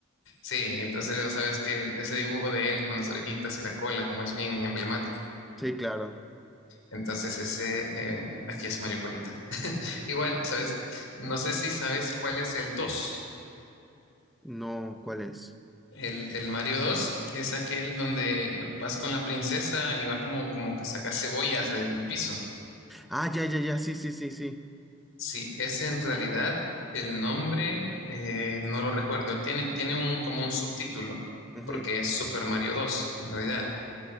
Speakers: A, on the left (about 65°); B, in the centre.
A: Sí, entonces sabes que ese dibujo de él con las orejitas y la cola, como es bien emblemático.
B: Sí, claro.
A: Entonces ese, eh, aquí es Mario Colita. Igual, ¿sabes? No sé si sabes cuál es el dos
B: No, ¿cuál es?
A: El, el Mario 2 es aquel donde vas con la princesa y va como, como que sacas cebollas del piso.
B: Ah, ya, ya, ya, sí, sí, sí, sí.
A: Sí, ese en realidad el nombre eh, no lo recuerdo. Él tiene, tiene un, como un subtítulo,
B: Ujú.
A: porque es Super Mario dos en realidad.